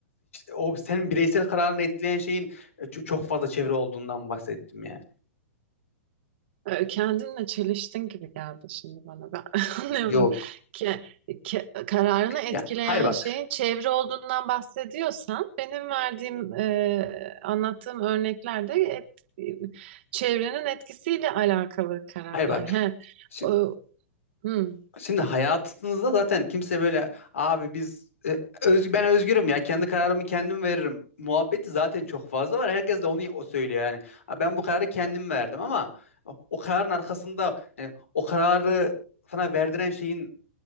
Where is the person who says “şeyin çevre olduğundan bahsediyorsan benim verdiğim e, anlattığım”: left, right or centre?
Right